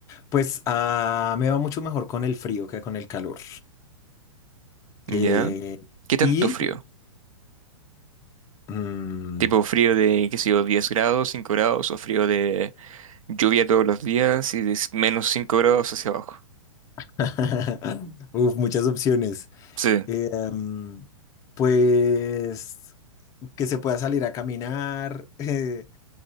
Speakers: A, on the left; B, on the right.
A: Pues ah, me va mucho mejor con el frío que con el calor.
B: ¿ya?
A: Eh,
B: ¿Qué tanto
A: y
B: frío?
A: mm,
B: Tipo frío de, qué sé yo, 10 grados, 5 grados, o frío de lluvia todos los días y de s- menos 5 grados hacia abajo.
A: <laughs> Uf, muchas opciones.
B: Sí,
A: Eh, em, pues que se pueda salir a caminar, <laughs> eh,